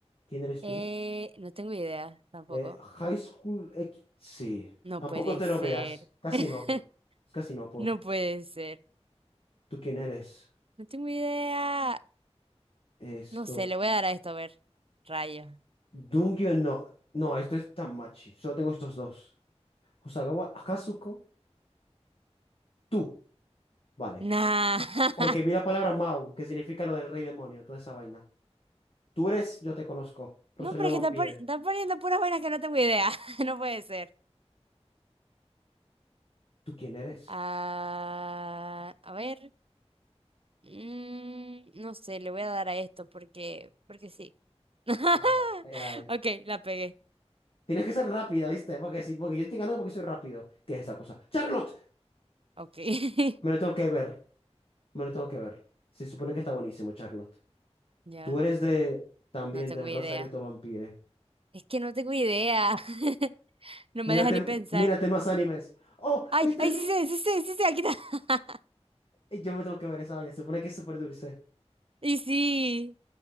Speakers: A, on the left; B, on the right.
A: ¿Quién eres
B: Eh,
A: tú?
B: no tengo idea tampoco.
A: Eh, High School X. Sí.
B: No
A: Tampoco
B: puede
A: te
B: ser.
A: lo veas. Casi
B: <laughs>
A: no por. Es casi no por.
B: No puede ser.
A: ¿Tú quién eres?
B: No tengo idea.
A: Esto.
B: No sé, le voy a dar a esto a ver. Rayos.
A: Dungyo no. No, esto es Tamachi. Solo tengo estos dos. Hosagawa Akazuko. Tú. Vale.
B: Nah. <laughs>
A: Porque vi la palabra Mau, que significa lo del rey demonio, toda esa vaina. Tú eres, yo te conozco. Rosalino
B: No, pero es
A: Vampire.
B: que están, pon- están poniendo puras vainas que no tengo idea. <laughs> No puede ser.
A: ¿Tú quién eres?
B: Ah, a ver. Mm, no sé, le voy a dar a esto porque, porque sí. <laughs>
A: Vaya, era él.
B: Ok, la pegué.
A: Tienes que ser rápida, ¿viste? Porque, sí, porque yo estoy ganando porque soy rápido. ¿Qué es esta cosa? ¡Charlotte!
B: Ok.
A: Me
B: <laughs>
A: lo tengo que ver. Me lo tengo que ver. Se supone que está buenísimo, Charlotte.
B: Ya,
A: Tú eres de... También
B: no tengo
A: del
B: idea.
A: Rosario to Vampire.
B: Es que no tengo idea. <laughs> No
A: Mírate,
B: me deja ni pensar.
A: mírate más animes. ¡Oh!
B: Ay,
A: Esta
B: ay,
A: es de...
B: sí sé, sí sé, sí sé, aquí está.
A: Yo me tengo que ver esa vaina. Se supone que es súper dulce.
B: <laughs> Y sí,